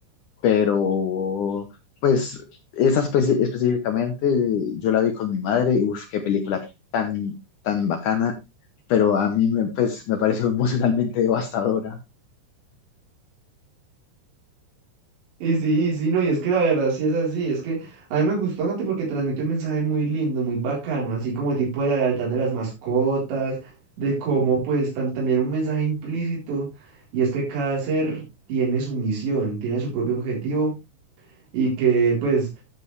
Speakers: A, on the left; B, on the right.
A: Pero pues esa espe- específicamente yo la vi con mi madre y uff, qué película tan, tan bacana, pero a mí me, pues me pareció emocionalmente devastadora.
B: Y sí, y sí, no, y es que la verdad sí es así, es que a mí me gustó bastante porque transmite un mensaje muy lindo, muy bacano, así como tipo de la lealtad de las mascotas, de cómo pues tam- también un mensaje implícito, y es que cada ser tiene su misión, tiene su propio objetivo, y que pues